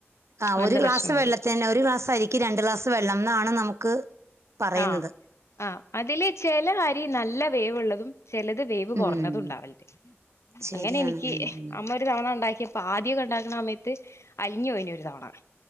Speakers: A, on the right (about 85°); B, on the left (about 80°).
A: ആ
B: അങ്ങനത്തെ
A: ഒരു ഗ്ലാസ്
B: പ്രശ്നം വരും
A: വെള്ളത്തിന്നെ ഒരു ഗ്ലാസ് അരിക്ക് രണ്ട് ഗ്ലാസ് വെള്ളം ന്നാണ് നമുക്ക് പറയുന്നത്
B: ആഹ് ആ അതില് ചില അരി നല്ല വേവുള്ളതും ചെലത് വേവ് കുറഞ്ഞതും
A: ഉം
B: ഉണ്ടാവൽണ്ട്
A: ശരിയാണ്
B: അങ്ങനെ എനിക്ക്
A: ഉം ഉം
B: അമ്മ തവണ ഉണ്ടാക്കിപ്പോ ആദ്യക്കെ ഉണ്ടാക്കുന്ന സമയത്ത് അലിഞ്ഞു പോയിണ് ഒരു തവണ